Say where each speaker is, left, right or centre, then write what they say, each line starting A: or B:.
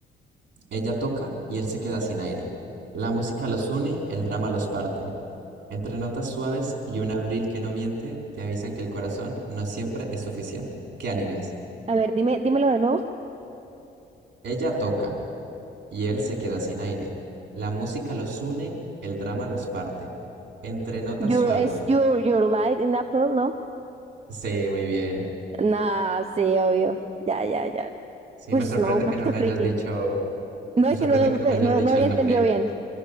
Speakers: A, on the right; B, on the right.
A: ella toca y él se queda sin aire. La música los une, el drama los parte. Entre notas suaves y un abril que no miente, te avisan que el corazón no siempre es suficiente. ¿Qué anime es?
B: A ver, dime, dímelo de nuevo.
A: Ella toca y él se queda sin aire. La música los une, el drama los parte. Entre notas
B: you
A: suaves.
B: es your, your light in April, ¿no?
A: Sí, muy bien.
B: Nah, sí, obvio. Ya, ya, ya.
A: Sí,
B: Uy,
A: me sorprende
B: no, un poquito
A: que no me
B: friki.
A: hayas dicho,
B: No
A: me
B: es
A: sorprende
B: que no,
A: que
B: no,
A: no
B: te-
A: me hayas
B: no-
A: dicho
B: no había
A: el
B: entendido
A: nombre.
B: bien.